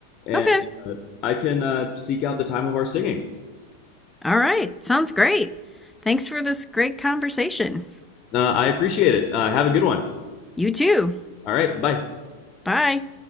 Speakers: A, on the left; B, in the centre.
A: And
B: Okay.
A: uh, I can uh, seek out the time of our singing.
B: All right. Sounds great. Thanks for this great conversation.
A: Uh, I appreciate it. Uh, have a good one.
B: You too.
A: All right, bye.
B: Bye.